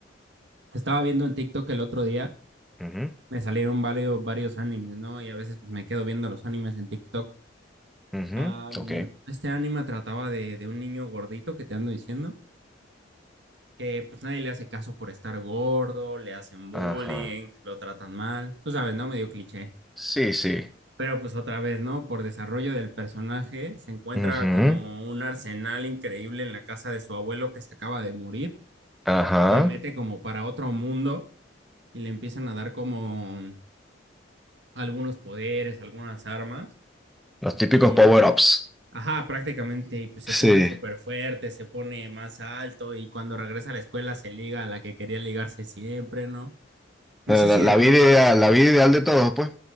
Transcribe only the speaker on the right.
Estaba viendo en TikTok el otro día,
me salieron varios, varios animes, ¿no? Y a veces pues me quedo viendo los animes en TikTok.
Ah, mm,
este anime trataba de, de un niño gordito que te ando diciendo, que pues nadie le hace caso por estar gordo, le hacen bullying,
lo tratan mal, tú sabes, ¿no? Medio cliché.
Pero pues otra vez, ¿no? Por desarrollo del personaje, se encuentra
como un arsenal increíble en la casa de su abuelo que se acaba de morir.
Se mete como para otro mundo y le empiezan a dar como algunos poderes, algunas armas.
Y,
ajá, prácticamente pues, se
pone súper fuerte, se pone más alto y cuando regresa a la escuela se liga a la que quería ligarse siempre, ¿no? No
sé si
de pronto,